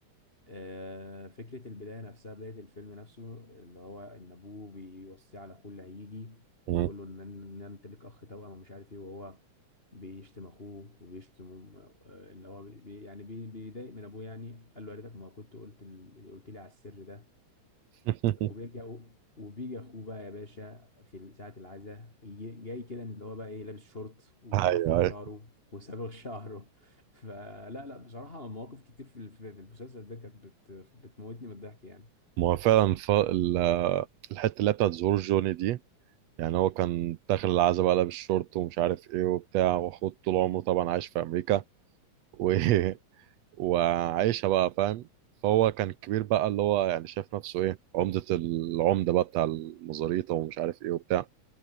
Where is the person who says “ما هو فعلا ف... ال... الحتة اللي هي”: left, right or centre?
Right